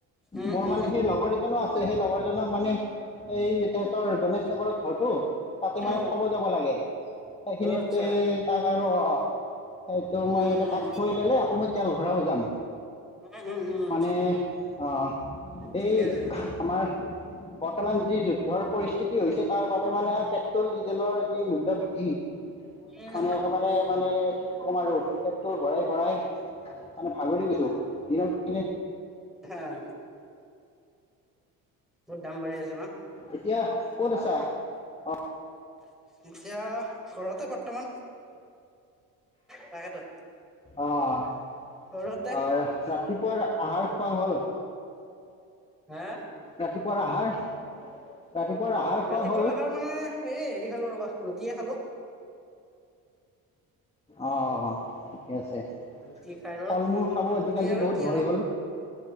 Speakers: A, in the centre; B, on the left (about 15°).
A: উম
B: মোৰ
A: উম
B: মানে সেই লগৰ এজনো আছে। সেই লগৰজনক মানে এই তাহঁতৰ গনেশ নগৰত ঘৰটো। তাতে
A: অ
B: মানে থব যাব লাগে সেইখিনিতে।
A: অ আচ্ছা
B: অ অ সেইটো মই
A: উম
B: এনেকে
A: উম
B: তাক থৈ পেলাই আকৌ মই তেল ভৰাব যাম
A: উম উম উম
B: মানে অহ
A: ঠিকে
B: এই
A: আছে
B: আমাৰ। বৰ্তমান যি যুদ্ধৰ পৰিস্থিতি হৈছে তাৰ বাবে মানে পেট্ৰল ডিজেলৰ যি মূল্য বৃদ্ধি।
A: উম
B: মানে একেবাৰে মানে। কি ক'ম আৰু পেট্ৰল ভৰাই ভৰাই মানে ভাগৰি গৈছোঁ দিনক দিনে।
A: হাঁ বহুত দাম বাঢ়ি আছে ন।
B: এতিয়া
A: <unintelligible>
B: ক'ত আছা অঁ
A: এতিয়া ঘৰতে বৰ্তমান। তাকেতো।
B: অ অ
A: ঘৰতে
B: ৰাতিপুৱাৰ আহাৰ। খোৱা হ'ল।
A: হে!
B: ৰাতিপুৱাৰ আহাৰ। ৰাতিপুৱাৰ আহাৰ খোৱা
A: ৰাতিপুৱা
B: হ'ল
A: অহাৰ মানে এই হেৰি খালো ৰবা ৰুটিয়ে খালো।
B: অ অ ঠিকে আছে
A: ৰুটি খাই ল
B: ফল-মূল খাব আজিকালি
A: ৰুটি আৰু
B: বহুত
A: কি
B: ভয়
A: আৰু
B: হ'ল,